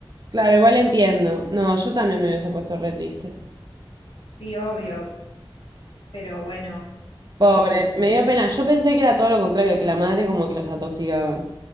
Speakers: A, on the right; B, on the left.
A: Claro, igual entiendo. No, yo también me hubiese puesto re triste.
B: sí, obvio, pero bueno. eh,
A: Pobre, me dio pena. Yo pensé que era todo lo contrario, que la madre como que los atoxigaba.